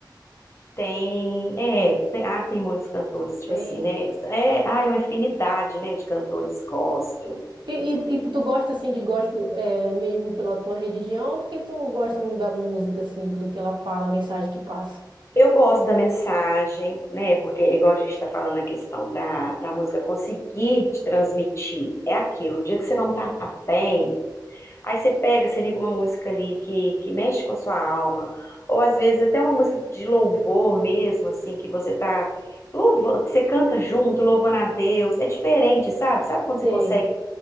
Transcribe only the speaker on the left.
Tem, é, tem, ah, tem muitos cantores, tipo
assim, né? É, ah, é uma infinidade, né, de cantores gospel.
Eu gosto da mensagem, né? Porque, igual a gente está falando, a questão da, da música conseguir te transmitir é aquilo. O dia que você não tá bem, aí você pega, você liga uma música ali que, que mexe com a sua alma, ou às vezes até uma música de louvor mesmo, assim, que você tá louvando, que você canta junto, louvando a Deus. É diferente, sabe? Sabe quando você
consegue